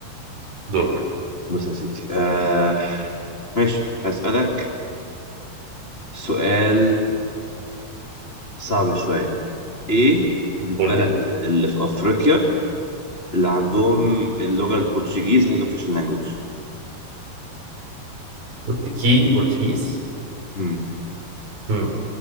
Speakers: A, on the right; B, on the left.
A: دورك
B: بص يا سيدي آه ماشي هسألك سؤال صعب شوية ايه البلد
A: قول لي
B: اللي في افريقيا اللي عندهم اللغة البرتغيز هي الاوفيشال لانجوج
A: برتكي برتغيز
B: مم.
A: مم.